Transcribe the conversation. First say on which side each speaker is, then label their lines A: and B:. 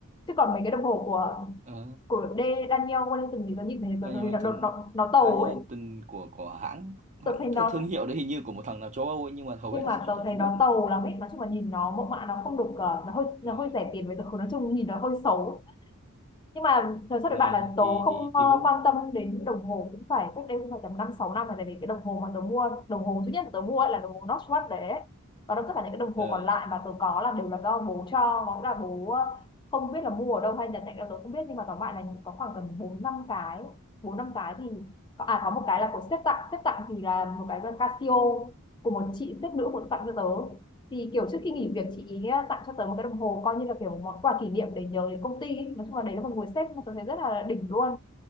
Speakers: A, on the left; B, on the right.
A: chứ còn mấy cái đồng hồ của
B: ờ,
A: của D Daniel Wellington thì tớ nhìn thấy
B: Dynamite
A: tớ thấy nó, nó, nó, nó tàu
B: Dynamite
A: ấy
B: của của hãng hãng
A: tớ thấy nó
B: tức là thương hiệu đấy hình như của một thằng nào châu Âu ấy, nhưng mà hầu
A: nhưng
B: hết là
A: mà
B: sản xuất
A: tớ
B: tại
A: thấy
B: Trung
A: nó
B: Quốc
A: tàu
B: mà
A: lắm ấy nói chung là nhìn nó mẫu mã nó không được ờ, nó hơi
B: ờ,
A: nó hơi rẻ tiền với tớ nói chung nhìn nó hơi xấu nhưng mà thật sự
B: ờ,
A: với bạn là tớ
B: thì
A: không
B: thì
A: ờ,
B: Tegu
A: quan tâm đến đồng hồ cũng phải cách đây cũng phải tầm năm sáu năm rồi tại vì cái đồng hồ mà tớ mua đồng hồ duy nhất mà tớ mua ấy là đồng hồ Swatch đấy ấy. và đó tất cả những cái đồng hồ
B: ờ,
A: còn lại mà tớ có là đều là do bố cho có nghĩa là bố ờ, không biết là mua ở đâu hay nhận tặng là tớ không biết nhưng mà tóm lại là có khoảng tầm bốn năm cái bốn năm cái thì có- à có một cái là của sếp tặng sếp tặng thì là một cái là Casio của một chị sếp nữ của tặng cho tớ thì kiểu trước khi nghỉ việc chị ý tặng cho tớ một cái đồng hồ coi như là kiểu món quà kỷ niệm để nhớ đến công ty ý. nói chung là đấy là một người sếp mà tớ thấy rất là đỉnh luôn